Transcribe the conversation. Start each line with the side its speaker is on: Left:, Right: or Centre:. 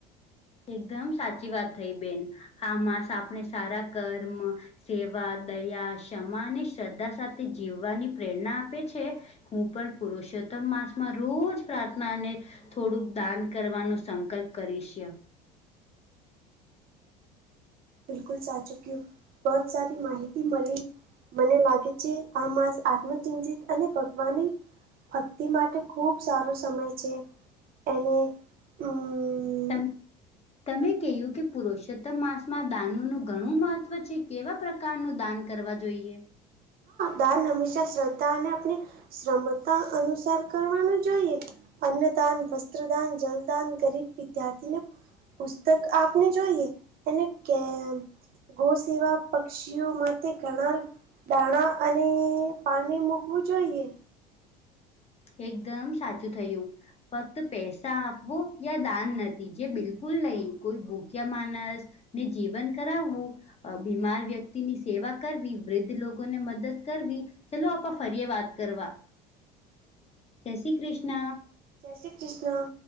Left: એકદમ સાચી વાત થઈ બેન આા મામાંસ આપણે સારા કર્મ સેવા દયા ક્ષમા અને શ્રદ્ધા સાથે જીવવાની પ્રેરણા આપે છે. હું પણ પુરુષોત્તમ માસમાં રોજ પ્રાર્થના અને થોડુંક દાન કરવાનો સંકલ્પ કરીશ
Right: બિલકુલ સાચુકી બહુત સારી માહિતી મળલી મને લાગે છે આ માસ આત્મચિંતિત અને ભગવાની ભક્તિ માટે ખૂબ સારો સમય છે, એને અમ
Left: તમ તમે કહ્યું કે પુરષોત્તમ માસમાં દાનુ નું ઘણું મહત્વ છે, કેવા પ્રકાર કાર નું દાન કરવા જોઈએ.
Right: દાન હંમેશા શ્રદ્ધા અને આપણે શ્રમતા અનુસાર કરવાનું જોઈએ. અન્નદાન વસ્ત્રદાન જલદાન ગરીબ વિદ્યાર્થીને પુસ્તક આપને જોઈએ અનેને કેમ ગૌસે એવા પક્ષીઓ માટે ઘણા દાણા અને પાણી મૂકવું જોઈએ.
Left: એકદમ સાચું થયું ફક્ત પૈસા આપવો યા દાન નથી જે બિલકુલ નહી કોઈ ભૂખ્ય માણસ ને જીવન કરાવવુ અ બીમાર વ્યક્તિની સેવા કરવી વૃદ્ધ લોકોને મદદ કરવી ચલો આપા ફરીએ વાત કરવા જય શ્રી કૃષ્ણ.
Right: જૈસે કૃષ્ણ